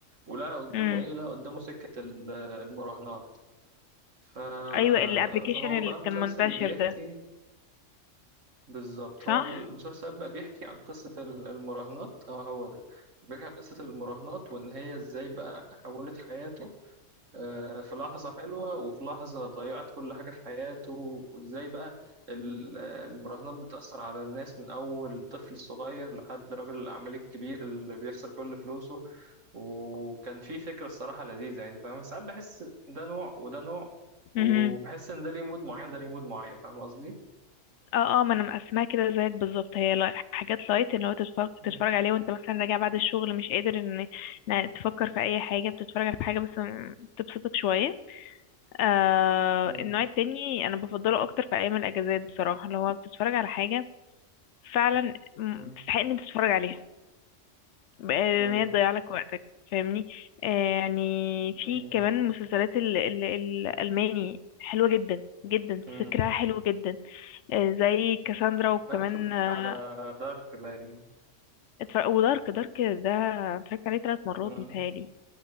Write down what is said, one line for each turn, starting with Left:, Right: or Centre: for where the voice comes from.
Right: ولا قدامه
Left: مم.
Right: إيه لا قدامه سكة ال- المراهنات ف...
Left: ايوه الابلكيشن
Right: فهو
Left: اللي
Right: بقى المسلسل
Left: كان منتشر
Right: بيحكي
Left: ده
Right: بالظبط
Left: صح
Right: هو المسلسل بقى بيحكي عن قصة ال- المراهنات اه هو ده بيحكي عن قصة المراهنات وإن هي إزاي بقى حولت حياته آه، في لحظة حلوة وفي لحظة ضيعت كل حاجة في حياته وإزاي بقى ال- آه، المراهنات بتأثر على الناس من أول طفل صغير لحد رجل الأعمال الكبير اللي بيخسر كل فلوسه وكان في فكرة الصراحة لذيذة يعني فاهم ساعات بحس ده نوع وده نوع وبحس
Left: مهم.
Right: إن ده ليه مود معين ده ليه مود معين فاهم قصدي؟
Left: اه اه ما انا مقسماها كده زيك بالظبط هي لا- حاجات لايت اللي هو تتفرج
Right: مم.
Left: تتفرج عليه وانت مثلا راجع بعد الشغل مش قادر ان إن تفكر في اي حاجه بتتفرج على حاجه بس م- تبسطك شويه آه
Right: مم.
Left: النوع التاني انا بفضله اكتر في ايام الاجازات بصراحه اللي هو بتتفرج على حاجه فعلا م-
Right: مم.
Left: تستحق ان أنت تتفرج عليها ب- ان
Right: مم.
Left: هي تضيع لك وقتك فاهمني آه يعني في
Right: يعني
Left: كمان مسلسلات ال ال الالماني حلوه جدا جدا
Right: مم.
Left: فكرها حلو جدا آه، زي كاساندرا
Right: مم.
Left: وكمان
Right: أنا اتفرجت
Left: آه،
Right: على دارك باين
Left: اتفرج ودارك دارك ده اتفرجت عليه ثلاث مرات
Right: مم.
Left: متهيألي